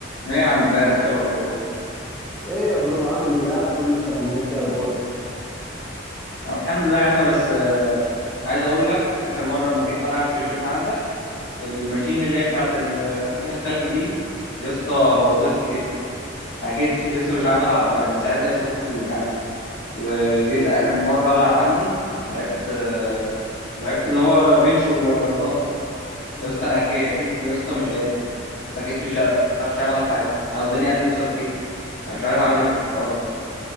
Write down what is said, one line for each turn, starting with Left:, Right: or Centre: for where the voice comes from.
Left: ايه يا عم فايز ايه الاخبار
Centre: ايه يا برو عامل ايه انا كله تمام انت إيه اخبارك
Left: الحمد لله يا عم بس آه، عايز اقول لك اخر مره لما جيت العب في الجيم عندك الماشين اللي هي بتاعه التفتيح الخلفي دي يا اسطى بوظت لي كتفي أنا كتفي يا اسطى مش عارف العب يعني من ساعتها يا اسطى كتفي بيوجعني وجيت اخر مره العب عندي لعبت آه، لعبت اللي هو بنش وظهر
Centre: مم.
Left: يا اسطى انا ك- كتفي يا اسطى مش قادر بس انا كتفي مش عارف مش عارف العب حاجه اوزاني قلت بسبب كتفي انا مش عارف اعمل ايه في الحوار ده